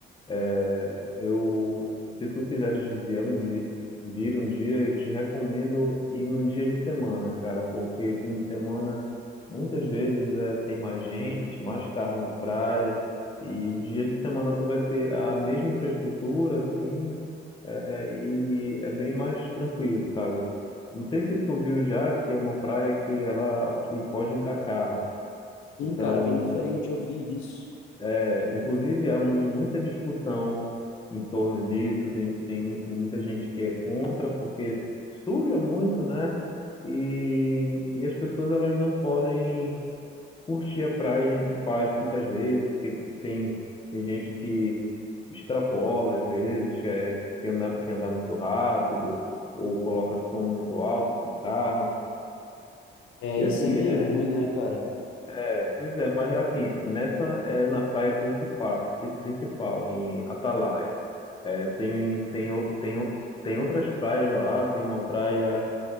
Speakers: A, on the left (about 25°); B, on the left (about 85°).
A: é, eu, se tu quiseres vir um dia, vir um dia, eu te recomendo ir num dia de semana, cara, porque fim de semana Muitas vezes é, tem mais gente, mais carro na praia, e dia de semana tu vai ter a mesma infraestrutura, assim, é, é, e é bem mais tranquilo, sabe? Não sei se tu viu já que é uma praia que ela que pode entrar carro.
B: Sim,
A: Então,
B: cara, bem diferente, eu vi isso.
A: é, inclusive há mu- muita discussão em torno disso. Tem, tem, tem muita gente que é contra porque suja muito, né? E, e as pessoas elas não podem curtir a praia em paz muitas vezes, porque tem, tem gente que extrapola às vezes, é, que anda, que anda muito rápido, ou coloca som muito alto no carro.
B: É,
A: E
B: isso
A: assim,
B: é meio
A: é,
B: ruim, né, cara?
A: é, pois é, mas assim, nessa é na praia principal, pri- principal em Atalaia. É, tem, tem, o- tem, o- tem outras praias lá, tem uma praia